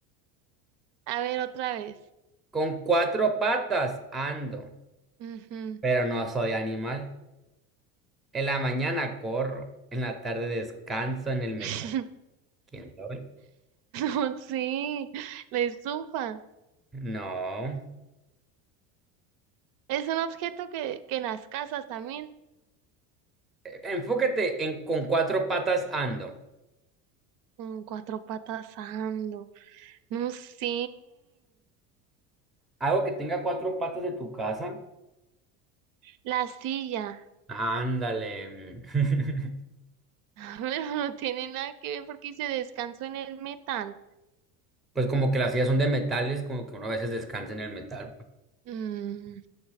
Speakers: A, on the right; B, in the centre.
A: A ver, otra vez.
B: Con cuatro patas ando,
A: Ujú.
B: pero no soy animal. En la mañana corro, en la tarde descanso en el metal.
A: <laughs>
B: ¿Quién soy?
A: No, sí. La estufa.
B: No.
A: Es un objeto que, que en las casas también.
B: Eh, Enfócate en con cuatro patas ando.
A: con cuatro patas ando. No sé,
B: Algo que tenga cuatro patas de tu casa.
A: la silla.
B: Ándale. <laughs>
A: <laughs> Pero no tiene nada que ver porque dice descanso en el metal.
B: Pues como que las sillas son de metales, como que uno a veces descansa en el metal. pues.
A: Mm,